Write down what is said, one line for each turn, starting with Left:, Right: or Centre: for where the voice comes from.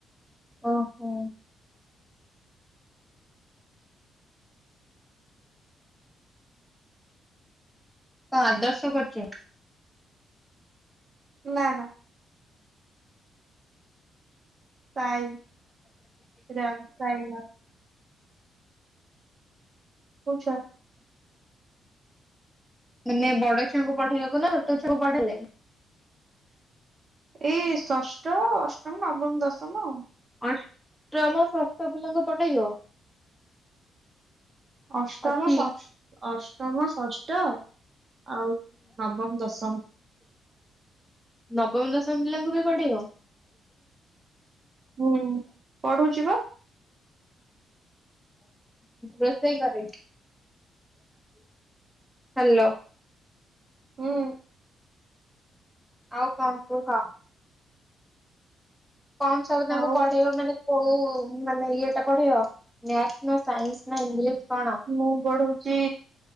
Centre: ଓହୋ। ତ ଆଦର୍ଶ କରୁଚି।
Right: ନା ନା। ସାଇ ରାମ ସାଇ ରମ୍। ପୁଛ
Centre: ମାନେ ବଡ ଛୁଆଙ୍କୁ ପଢେଇବାକୁ ନା ଛୋଟ ଛୁଆଙ୍କୁ ପଢେଇଲେ
Right: ଏଇ ଷଷ୍ଠ ଅଷ୍ଟମ ନବମ ଦଶମ।
Centre: ଅଷ୍ଟମ ଷଷ୍ଠ ପିଲାଙ୍କୁ ପଠେଇବ।
Right: ଅଷ୍ଟମ
Centre: ଅଛି
Right: ଶଶ୍ ଅଷ୍ଟମ ଷଷ୍ଠ ଆଉ ନବମ ଦଶମ।
Centre: ନବମ ଦଶମ ପିଲାଙ୍କୁ ବି ପଢେଇବ।
Right: ହୁଁ ପଢୁଛି ବା।
Centre: ରୋସେଇ ଘରେ ହ୍ୟାଲୋ।
Right: ହୁଁ।
Centre: ଆଉ କଣ କୁହ। କଣ ସବୁ ତାଙ୍କୁ
Right: ଆଉ
Centre: ପଢେଇବ ମାନେ କୋଉ ମାନେ ଇଏଟା ପଢେଇବ ମ୍ୟାଥ ନା ସାଇନ୍ସ ନା ଇଂଲିଶ କଣ?
Right: ମୁଁ ପଢ଼ଉଚି